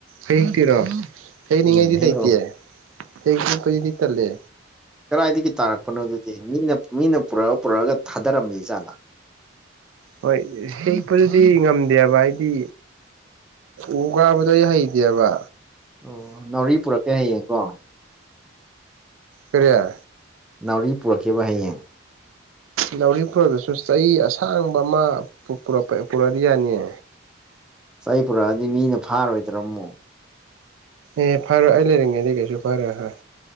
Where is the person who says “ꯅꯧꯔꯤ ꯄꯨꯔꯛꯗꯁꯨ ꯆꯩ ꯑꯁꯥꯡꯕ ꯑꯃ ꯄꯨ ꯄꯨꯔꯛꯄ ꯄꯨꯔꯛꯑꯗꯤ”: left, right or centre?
Right